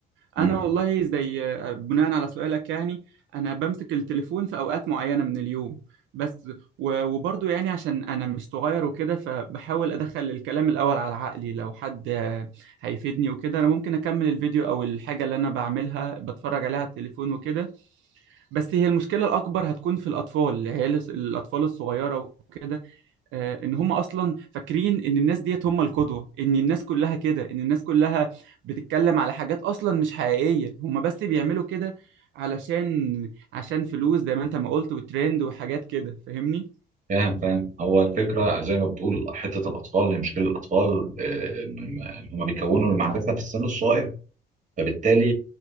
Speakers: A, on the right; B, on the right.
A: مم.
B: انا والله زي آه، بناء على سؤالك يعني انا بمسك التليفون في اوقات معينه من اليوم بس و- وبرضه يعني عشان انا مش صغير وكده فبحاول ادخل الكلام الاول على عقلي لو حد آه، هيفيدني وكده انا ممكن اكمل الفيديو او الحاجه اللي انا بعملها بتفرج عليها على التليفون وكده بس هي المشكله الاكبر هتكون في الاطفال اللي هي الس- الاطفال الصغيره وكده آه، ان هم اصلا فاكرين ان الناس ديت هم القدوه ان الناس كلها كده ان الناس كلها بتتكلم على حاجات اصلا مش حقيقيه هم بس بيعملوا كده علشان عشان فلوس زي ما انت ما قلت وترند وحاجات كده فاهمني
A: فاهم فاهم هو الفكره زي ما بتقول حته الاطفال هي مشكله الاطفال آه، م- م- هم بيكونوا المعرفه في السن الصغير فبالتالي